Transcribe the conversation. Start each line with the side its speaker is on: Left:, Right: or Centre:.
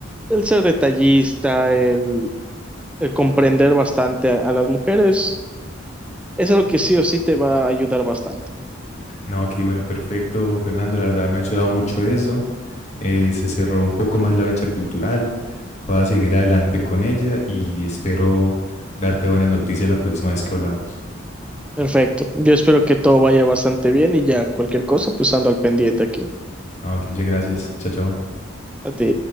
Centre: el ser detallista, el, el comprender bastante a, a las mujeres, es algo que sí o sí te va a ayudar bastante.
Left: No, ok, bueno, perfecto, Fernando, la verdad me ha ayudado mucho eso. eh, se cerró un poco más la brecha cultural. Voy a seguir adelante con ella y espero darte buenas noticias la próxima vez que hablamos.
Centre: Perfecto. Yo espero que todo vaya bastante bien y ya cualquier cosa, pues ando al pendiente aquí.
Left: No, aquí muchas gracias. Chao, chao.
Centre: A ti.